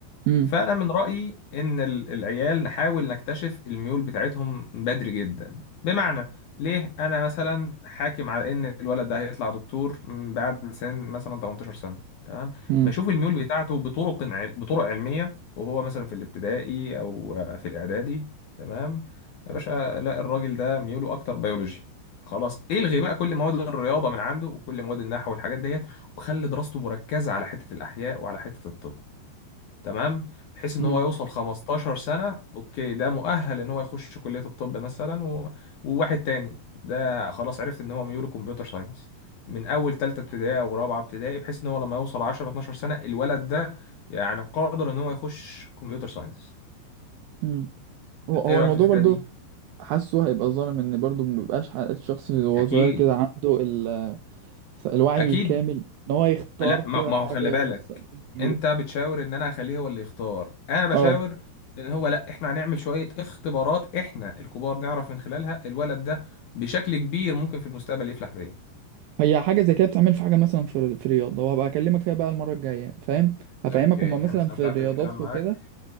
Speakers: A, on the right (about 80°); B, on the left (about 65°).
A: امم
B: فأنا من رأيي إن ال- العيال نحاول نكتشف الميول بتاعتهم بدري جدا بمعنى ليه أنا مثلا حاكم على إن الولد ده هيطلع دكتور م- بعد سن مثلا 18 سنة تمام
A: امم
B: بشوف الميول بتاعته بطرق عل- بطرق علمية وهو مثلا في الابتدائي أو آه، في الإعدادي تمام يا باشا لا الراجل ده ميوله أكتر بيولوجي خلاص الغي بقى كل مواد الرياضة من عنده وكل مواد النحو والحاجات ديت وخلي دراسته مركزة على حتة الأحياء وعلى حتة الطب تمام بحيث ان
A: امم
B: هو يوصل 15 سنة اوكي ده مؤهل ان هو يخش كلية الطب مثلا و... وواحد تاني ده خلاص عرفت ان هو ميوله كمبيوتر ساينس من اول تالتة ابتدائي او رابعة ابتدائي بحيث ان هو لما يوصل 10 12 سنة الولد ده يعني قادر ان هو يخش كمبيوتر ساينس
A: امم هو هو
B: ايه رأيك
A: الموضوع
B: في الفكرة
A: برضو
B: دي
A: حاسه هيبقى ظالم ان برضو مبيبقاش ح- الشخص اللي هو
B: اكيد
A: صغير كده عنده ال الوعي
B: اكيد
A: الكامل ان هو يختار
B: لا
A: كده
B: ما ما
A: حاجه
B: هو خلي بالك
A: لمستقبله كله
B: انت بتشاور ان انا هخليه هو اللي يختار انا بشاور
A: اه
B: ان هو لا احنا هنعمل شوية اختبارات احنا الكبار نعرف من خلالها الولد ده بشكل كبير ممكن في المستقبل يفلح في ايه
A: هي حاجه زي كده بتعمل في حاجه مثلا في في رياضه وهبقى اكلمك فيها بقى المره الجايه فاهم هفهمك
B: اوكي
A: هما
B: انا
A: مثلا
B: استمتعت
A: في الرياضات
B: بالكلام معاك
A: وكده